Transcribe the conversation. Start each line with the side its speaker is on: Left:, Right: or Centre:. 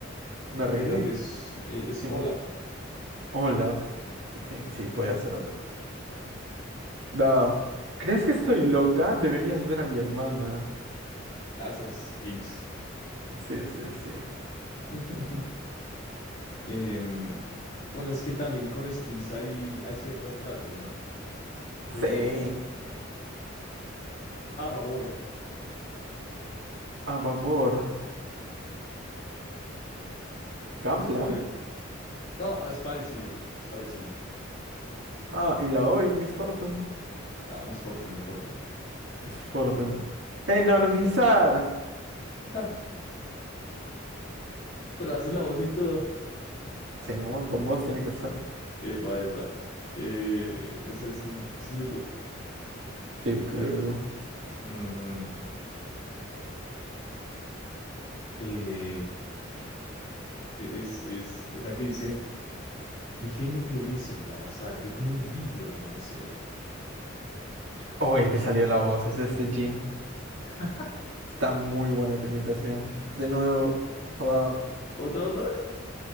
Right: Me rindo.
Left: Te rindes. eh, Es
Right: Simón.
Left: Olaf,
Right: Olaf. Defini- sí, podía ser Olaf. Va, ¿Crees que estoy loca? Deberías ver a mi hermana.
Left: Asas, Jinx.
Right: Sí, sí, sí.
Left: <laughs> Em, bueno, es que también con skins hay, hay ciertas frases, ¿no? Pero...
Right: Sí.
Left: Ah, babor.
Right: A vapor. Gangplank.
Left: Pues por el... No, es parecido. Es parecido.
Right: Ah, y la hoy, Miss Fortune.
Left: Ah, Miss Fortune, Miss Fortune.
Right: Es Fortune. ¡Enormizar!
Left: <laughs> Pero hace la voz y todo.
Right: Simón, con voz tiene que ser.
Left: Epa, epa. Eh, esa es, es Lulu.
Right: Sí,
Left: A ver.
Right: Lulu.
Left: mm, eh, Es, es, es la que dice, mi genio florece en la masacre como un lirio al amanecer.
Right: Oye, te salió la voz, es este Jean.
Left: <laughs>
Right: Está muy buena tu imitación De nuevo, wow.
Left: ¿Otra otra vez?